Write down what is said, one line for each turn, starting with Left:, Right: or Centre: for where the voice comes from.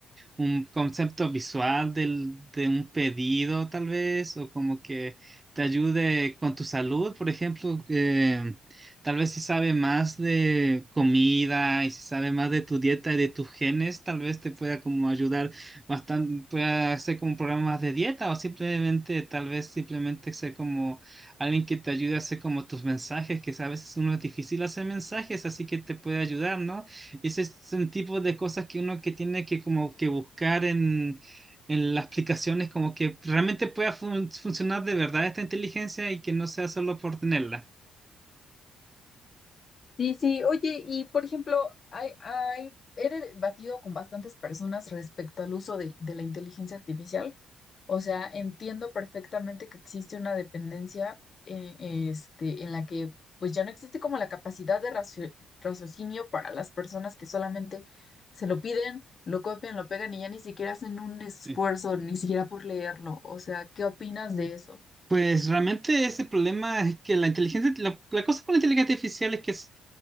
Right: un concepto visual del, de un pedido, tal vez, o como que te ayude con tu salud, por ejemplo, que tal vez si sabe más de comida y si sabe más de tu dieta y de tus genes, tal vez te pueda como ayudar bastante, pueda hacer como programas de dieta o simplemente, tal vez simplemente ser como alguien que te ayude a hacer como tus mensajes, que a veces uno es difícil hacer mensajes, así que te puede ayudar, ¿no? Ese es un tipo de cosas que uno que tiene que como que buscar en, en las aplicaciones, como que realmente pueda fun- funcionar de verdad esta inteligencia y que no sea solo por tenerla.
Left: sí, sí, oye, y por ejemplo, hay, hay, he debatido con bastantes personas respecto al uso de, de la inteligencia artificial. O sea, entiendo perfectamente que existe una dependencia eh, este, en la que pues ya no existe como la capacidad de racio- raciocinio para las personas que solamente se lo piden, lo copian, lo pegan y ya ni siquiera hacen un esfuerzo,
Right: Eh,
Left: ni siquiera por leerlo. O sea, ¿qué opinas de eso?
Right: Pues realmente ese problema es que la inteligencia, la, la cosa con la inteligencia artificial es que es,